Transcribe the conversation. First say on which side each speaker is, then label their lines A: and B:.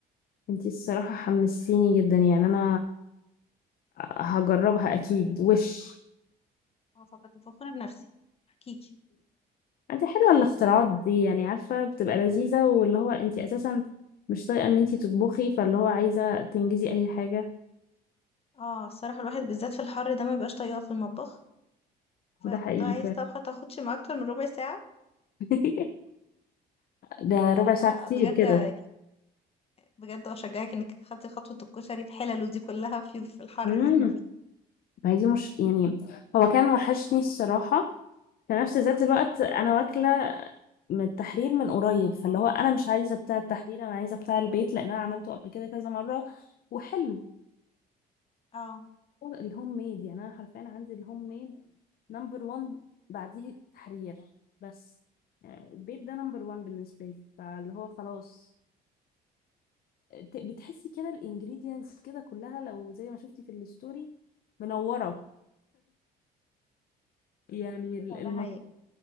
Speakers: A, on the left; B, on the left.
A: انتي الصراحه حمستيني جدا يعني انا هجربها اكيد وش
B: أنا فكنت فخورة بنفسي حقيقي
A: انت حلوه الاختراعات دي يعني عارفه بتبقى لذيذه واللي هو انتي اساسا مش طايقه ان انتي تطبخي فاللي هو عايزه تنجزي اي حاجه
B: اه الصراحة الواحد بالذات في الحر ده ما بيبقاش طايقة في المطبخ فانت
A: ده حقيقي
B: عايز طبخة تاخدش ما أكتر من ربع ساعة
A: <laughs> ده ربع
B: فأنا
A: ساعة كتير
B: بجد
A: جدا.
B: يعني بجد أشجعك إنك خدتي خطوة الكشري بحلله دي كلها في في الحر
A: امم
B: اللي احنا فيه
A: ما هي دي مش يعني هو كان وحشني الصراحة في نفس ذات الوقت أنا واكلة من التحرير من قريب فاللي هو أنا مش عايزة بتاع التحرير أنا عايزة بتاع البيت لأن أنا عملته قبل كده كذا مرة وحلو
B: اه
A: الهوم ميد يعني أنا حرفيا عندي الهوم ميد نمبر وان بعديه التحرير بس يعني البيت ده نمبر وان بالنسبة لي فاللي هو خلاص ت- بتحسي كده الانجريدينتس كده كلها لو زي ما شفتي في الستوري منورة يعني ال-
B: فده
A: المكورة
B: حقيقي